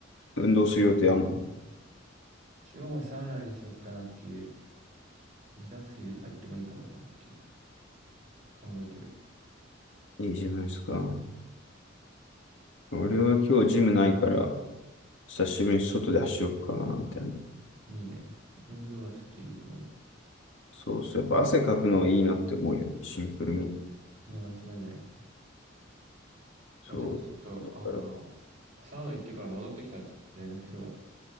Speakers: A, on the left; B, on the right.
A: 運動する予定あんの
B: 今日はサウナにしよっかなっていう、リラックス入れ入ってもいいかもなっていう、考えてる。
A: いいじゃないですか。俺は今日ジムないから、久しぶりに外で走ろうかな、みたいな。
B: いいね。運動はちょっと入れてもいい。
A: そうそう。やっぱ汗かくのはいいなって思うよね。シンプルに。
B: いや、間違いない。
A: そう。
B: まあ、じゃあちょっと、
A: だから、
B: あの、サウナ行ってから戻ってきたらちょっと連絡するわ。